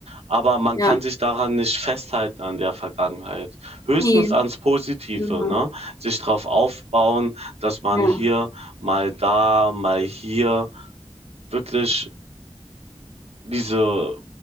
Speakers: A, on the right (about 75°); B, on the left (about 35°).
A: Aber man
B: ja,
A: kann sich daran nicht festhalten an der Vergangenheit. Höchstens
B: nee,
A: ans Positive,
B: mhm,
A: ne? Sich drauf aufbauen, dass man
B: ja,
A: hier, mal da, mal hier wirklich diese